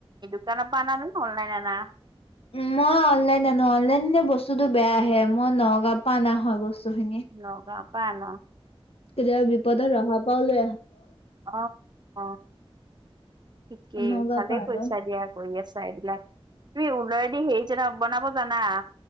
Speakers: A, on the right (about 45°); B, on the left (about 70°).
A: দোকান প ন নাই অননলাইন ন
B: উ মই অনলাইন আনো অনলাইন বস্তুতটো বেয়া আহে মই নগা পা নহয় বস্তু ব খিনি
A: নগাঁৱৰ পৰা আনা
B: কেতিয়াবা বিপদত ৰহা পাওলে
A: অহ অহ ঠিকেই
B: নগা
A: ভালে
B: পাৰ
A: কৰিছা
B: ন
A: দিয়া কৰি আছা এইবিলাক তুমি উলাই দি হেৰি জন বনাব জানা